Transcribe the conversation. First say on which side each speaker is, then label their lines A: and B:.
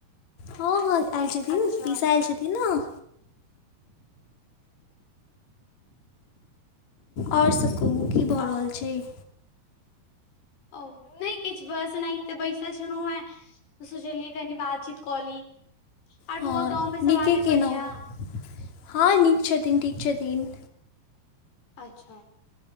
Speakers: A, on the left; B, on the left.
A: हँ हँ आयल छथिन
B: अच्छा
A: पीसा आयल छथिन नऽ आओर सब कहु
B: अ
A: जी
B: औ नइ किछु बस ओनाहिते बैसल छी न व‌एह सोचलियै कनी बातचीत कली आर
A: हँ
B: बुआ गाँव में
A: नीके
B: सब आदमी
A: केलहुँ
B: बढ़ियां
A: हँ नीक छथिन ठीक छथिन
B: अच्छा